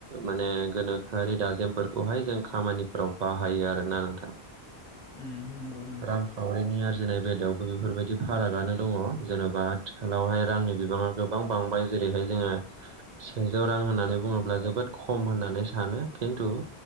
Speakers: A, on the right; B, on the left.
A: माने गोनोखोआरि दाजेमफोरखौहाय जों खामानिफोराव बाहायो आरोना नोंथां
B: औ नंगौ उम नंगौ
A: रांखावरिनि आरजिनाय बेलायावबो बेफोरबायदि फारागानो दङ जेन'बा आथिखालावहाय रांनि बिबाङा गोबां बांबाय जेरैहाय जोङो सेजौ रां होननानै बुङोब्ला जोबोद खम होननानै सानो खिन्थु